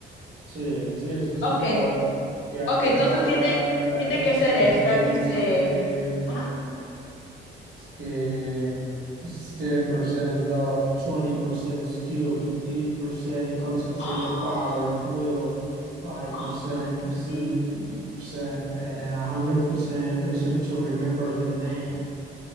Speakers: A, on the right; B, on the left.
A: Sí, sí, eso es
B: Ok,
A: hip hop. Y hay
B: ok,
A: otra,
B: entonces tiene,
A: hay
B: tiene
A: otra
B: que
A: canción
B: ser esta
A: que dice
B: que se... Ajá.
A: es que it's 10% luck, 20% skill, 50% concentrate
B: Oh,
A: the power of will, 5%,
B: oh,
A: percent,
B: sí.
A: 50% pain, and 100% research to remember the name.